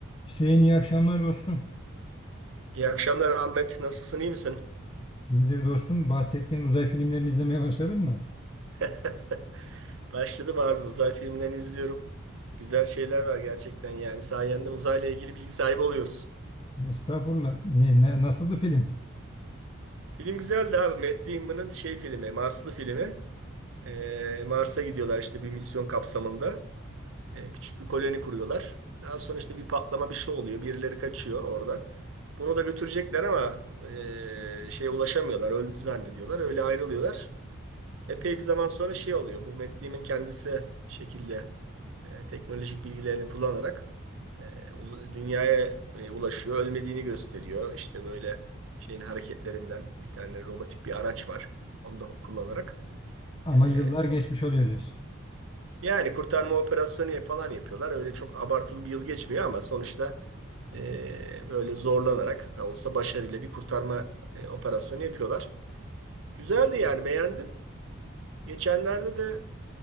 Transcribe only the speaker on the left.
Hüseyin iyi akşamlar dostum.
İyidir dostum. Bahsettiğin uzay filmlerini izlemeye başladın mı?
Estağfurullah. Ne, ne- nasıldı film?
Ama
yıllar geçmiş oluyor diyorsun.